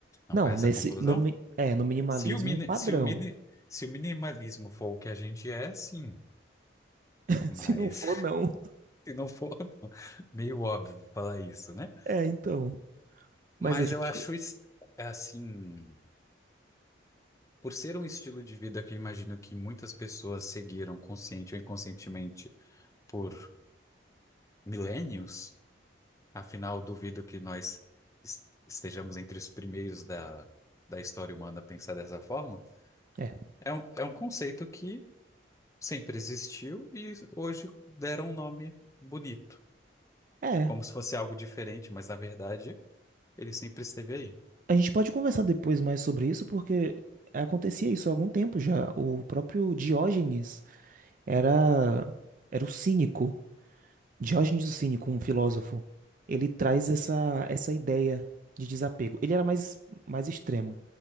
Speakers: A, on the left (about 15°); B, on the right (about 45°).
A: Não
B: Não,
A: foi essa
B: nesse
A: a conclusão?
B: no, mi- é, no minimalismo
A: Se o, mini,
B: padrão.
A: se o, mini, se o minimalismo for o que a gente é, sim.
B: <laughs>
A: Mas
B: Se não for, não.
A: <laughs> se não for, <laughs> não. meio óbvio falar isso, né?
B: É, então.
A: Mas
B: Mas a gente
A: eu acho es- é assim, por ser um estilo de vida que eu imagino que muitas pessoas seguiram consciente ou inconscientemente por milênios? Afinal, duvido que nós es- estejamos entre os primeiros da, da história humana a pensar dessa forma.
B: é,
A: É um, é um conceito que sempre existiu e hoje deram um nome bonito,
B: é,
A: como se fosse algo diferente, mas na verdade ele sempre esteve aí.
B: a gente pode conversar depois mais sobre isso porque acontecia isso há algum tempo já. O próprio Diógenes era era o cínico. Diógenes o Cínico, um filósofo. Ele traz essa essa ideia de desapego. Ele era mais mais extremo.